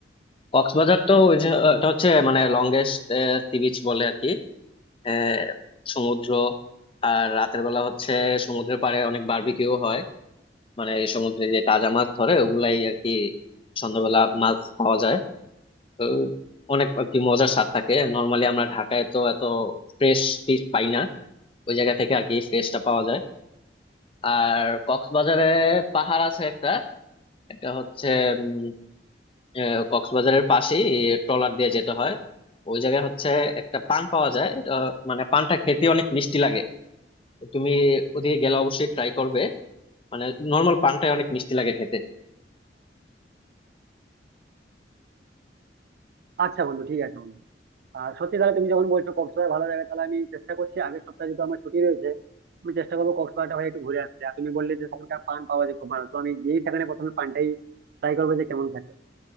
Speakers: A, on the left (about 30°); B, on the right (about 60°).
A: কক্সবাজার তো ওই যে এটা হচ্ছে মানে লংগেস্ট সি বিচ বলে আর কি আহ, সমুদ্র আর রাতের বেলা হচ্ছে সমুদ্রের পাড়ে অনেক বারবিকিউ হয় মানে এই সমুদ্রে যে তাজা মাছ ধরে ওগুলাই আর কি সন্ধ্যাবেলা মাছ পাওয়া যায় তো অনেক আর কি মজার স্বাদ থাকে নর্মালি আমরা ঢাকায় তো এত ফ্রেশ ফিশ পাই না ওই জায়গা থেকে আর কি ফ্রেশটা পাওয়া যায় আর কক্সবাজারে পাহাড় আছে একটা এটা হচ্ছে উম, আহ, কক্সবাজারের পাশেই ট্রলার দিয়ে যেতে হয় ওই জায়গায় হচ্ছে একটা পান পাওয়া যায় এটা মানে পানটা খেতে অনেক মিষ্টি লাগে তুমি ওদিকে গেলে অবশ্যই ট্রাই করবে মানে নর্মাল পানটাই অনেক মিষ্টি লাগে খেতে
B: আচ্ছা বন্ধু ঠিক আছে বন্ধু আর সত্যি তাহলে তুমি যখন বলছো কক্সবাজার ভালো লাগে তাহলে আমি চেষ্টা করছি আগের সপ্তাহে যেহেতু আমার ছুটি রয়েছে আমি চেষ্টা করবো কক্সবাজারটা হয়ে একটু ঘুরে আসতে আর তুমি বললে যে সেখানকার পান পাওয়া যায় খুব ভালো তো আমি গিয়েই সেখানে প্রথমে পানটাই ট্রাই করবো যে কেমন খেতে